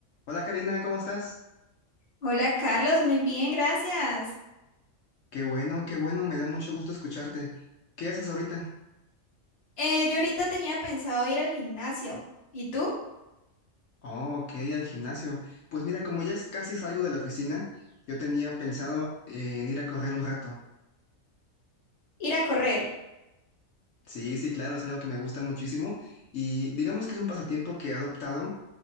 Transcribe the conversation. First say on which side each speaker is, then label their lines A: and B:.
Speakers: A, on the left; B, on the left.
A: Hola Karina, ¿cómo estás?
B: Hola Carlos, muy bien, gracias.
A: Qué bueno, qué bueno, me da mucho gusto escucharte. ¿Qué haces ahorita?
B: Eh, yo ahorita tenía pensado ir al gimnasio. ¿Y tú?
A: Oh, ok, al gimnasio. Pues mira, como ya es casi salgo de la oficina, yo tenía pensado eh, en ir a correr un rato.
B: Ir a correr.
A: Sí, sí, claro, es algo que me gusta muchísimo y digamos que es un pasatiempo que he adoptado